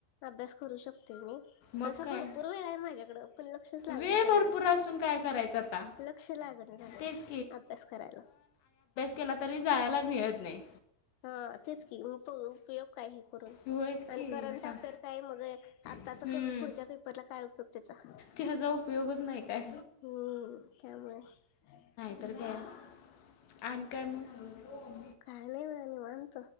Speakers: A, on the left; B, on the left.
A: अभ्यास करू शकते मी.
B: मग
A: तसं
B: काय
A: भरपूर वेळ आहे माझ्याकडं. पण लक्षच लागण
B: वेळ
A: झाले
B: भरपूर
A: हो
B: असून काय करायचं आता
A: लक्ष लागना झालंय.
B: तेच
A: अभ्यास करराल.
B: तिला तरी जायला मिळत नाही.
A: हा तेच की, उ उपयोग काय हे करून
B: होयच
A: आणि
B: की
A: करंट
B: सांग
A: अफेअर काय मग. आता
B: हम्म
A: तर करून पुढच्या पेपरला काय उपयोग त्याचा.
B: तिजा उपयोगच नाही काय.
A: हम, काय माहित.
B: तरीबी आणि आत काय मु ''--''
A: काय नाही बघा निवांत